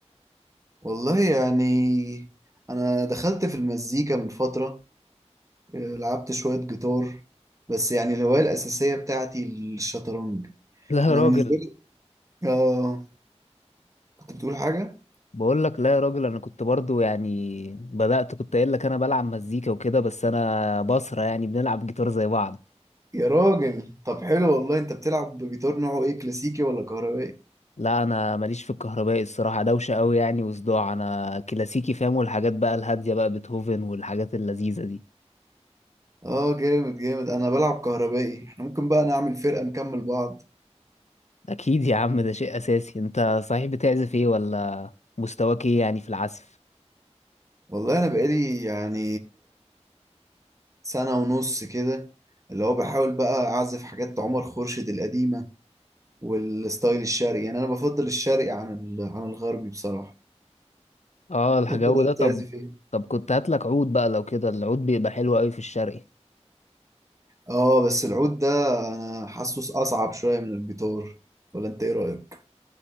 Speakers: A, on the right; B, on the left.
A: والله يعني أنا دخلت في المزيكا من فترة آه، لعبت شوية جيتار بس يعني الهواية الأساسية بتاعتي الشطرنج
B: لا يا
A: أنا
B: راجل
A: بالنسبة لي آه كنت بتقول حاجة؟
B: بقول لك لا يا راجل انا كنت برضو يعني بدأت كنت قايل لك انا بلعب مزيكا وكده بس انا بصرة يعني بنلعب جيتار زي بعض
A: يا راجل طب حلو والله انت بتلعب بجيتار نوعه ايه كلاسيكي ولا كهربائي؟
B: لا انا ماليش في الكهربائي الصراحة دوشة قوي يعني وصداع انا كلاسيكي فاهم والحاجات بقى الهادية بقى بيتهوفن والحاجات اللذيذة دي
A: اه جامد جامد انا بلعب كهربائي احنا ممكن بقى نعمل فرقة نكمل بعض
B: اكيد يا عم ده شيء اساسي انت صحيح بتعزف ايه ولا مستواك ايه يعني في العزف
A: والله انا بقالي يعني سنة ونص كده اللي هو بحاول بقى اعزف حاجات عمر خورشيد القديمة والستايل الشرقي يعني انا بفضل الشرقي عن ال... عن الغربي بصراحة
B: اه الجو
A: انت بقى
B: ده
A: بتعزف
B: طب
A: ايه؟
B: طب كنت هاتلك عود بقى لو كده العود بيبقى حلو قوي في الشرقي
A: اه بس العود ده انا حاسه اصعب شوية من الجيتار ولا انت ايه رأيك؟